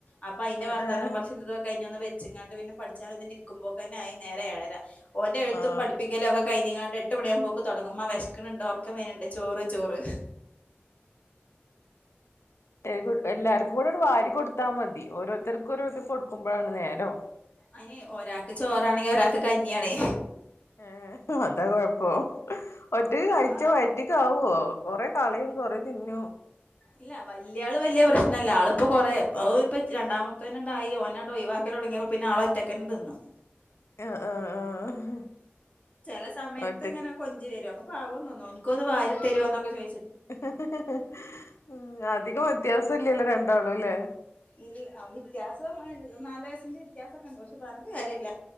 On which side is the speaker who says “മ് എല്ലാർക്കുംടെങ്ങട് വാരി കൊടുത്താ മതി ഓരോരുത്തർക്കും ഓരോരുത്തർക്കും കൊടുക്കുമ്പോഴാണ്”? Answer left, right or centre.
Left